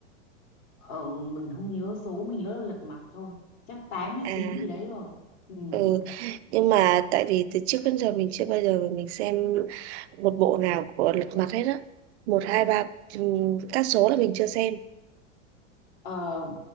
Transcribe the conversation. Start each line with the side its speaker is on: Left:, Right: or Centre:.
Left: Ờ, mình không nhớ số mình nhớ là lật mặt thôi chắc tám hay
Right: À,
Left: chín gì đấy rồi ừ,
Right: ừ.
Left: ừ.
Right: Nhưng mà tại vì từ trước đến giờ mình chưa bao giờ mình xem một bộ nào của lật mặt hết á. Một, hai, ba, ừm, các số là mình chưa xem.
Left: Ờ,